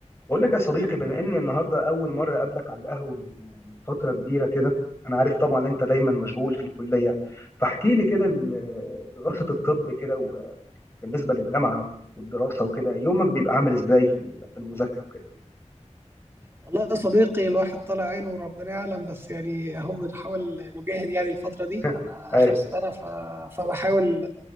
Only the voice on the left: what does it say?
بقول لك يا صديقي بما ان النهارده اول مره اقابلك على القهوه من من فتره كبيره كده انا عارف طبعا انت دايما مشغول في الكليه فاحكي لي كده ال- دراسه الطب كده وبالنسبه للجامعه والدراسه وكده يومك بيبقى عامل ازاي في ال- في المذاكره وكده
<laughs>
عارف